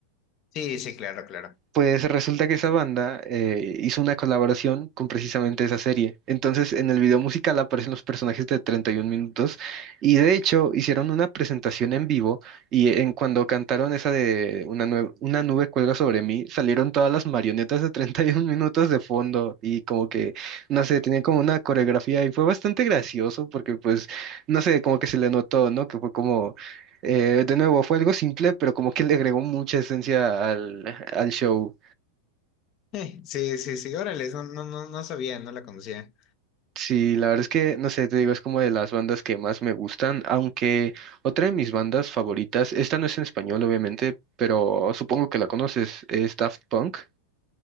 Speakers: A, on the left; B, on the right.
A: Sí, sí, claro, claro.
B: Pues resulta que esa banda eh, hizo una colaboración con precisamente esa serie. Entonces, en el video musical aparecen los personajes de 31 minutos y de hecho hicieron una presentación en vivo y en cuando cantaron esa de una, nue- una nube cuelga sobre mí, salieron todas las marionetas de 31 minutos de fondo y como que, no sé, tenían como una coreografía y fue bastante gracioso porque pues, no sé, como que se le notó, ¿no? Que fue como, eh, de nuevo, fue algo simple, pero como que le agregó mucha esencia al, al show.
A: <laughs> Eh, Sí, sí, sí, órale, no, no, no, no sabía, no la conocía.
B: Sí, la verdad es que, no sé, te digo, es como de las bandas que más me gustan, aunque otra de mis bandas favoritas, esta no es en español, obviamente, pero supongo que la conoces, es Daft Punk.